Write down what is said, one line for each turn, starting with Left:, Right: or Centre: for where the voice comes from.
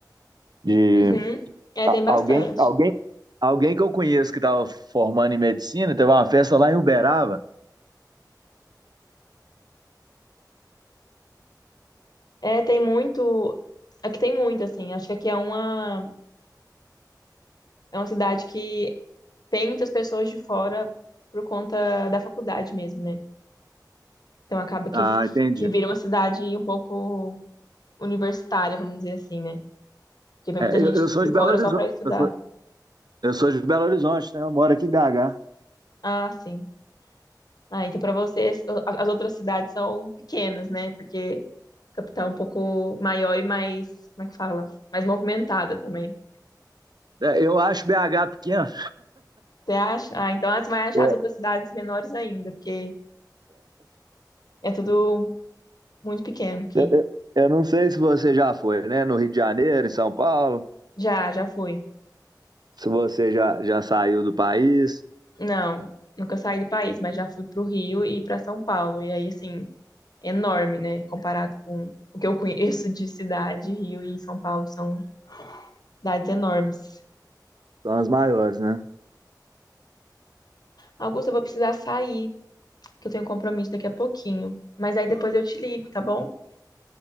Right: de
Left: Uhum. É, tem bastante.
Right: alguém, alguém, alguém que eu conheço que estava formando em medicina. Teve uma festa lá em Uberaba.
Left: É, tem muito. Aqui tem muito, assim. Acho que aqui é uma, é uma cidade que tem muitas pessoas de fora por conta da faculdade mesmo, né? Então acaba que,
Right: Ah, entendi.
Left: que vira uma cidade um pouco universitária, vamos dizer assim, né? Porque vem
Right: É,
Left: muita gente
Right: eu, eu sou
Left: de
Right: de
Left: fora
Right: Belo Horizonte.
Left: só para estudar.
Right: Eu sou, eu sou de Belo Horizonte, né? Eu moro aqui em BH.
Left: Ah, sim. Ah, então para vocês o- as outras cidades são pequenas, né? Porque a capital é um pouco maior e mais, como é que fala? Mais movimentada também.
Right: É, eu acho BH pequeno.
Left: Você acha? Ah, então você vai achar
Right: Eu,
Left: as outras cidades menores ainda, porque é tudo muito pequeno aqui.
Right: eu, eu- eu não sei se você já foi, né? No Rio de Janeiro, em São Paulo.
Left: Já, já fui.
Right: Se você já, já saiu do país.
Left: Não, nunca saí do país, mas já fui pro Rio e para São Paulo. E aí, assim, enorme, né? Comparado com o que eu conheço de cidade, Rio e São Paulo são cidades enormes.
Right: São as maiores, né?
Left: Augusto, eu vou precisar sair, que eu tenho um compromisso daqui a pouquinho. Mas aí depois eu te ligo, tá bom?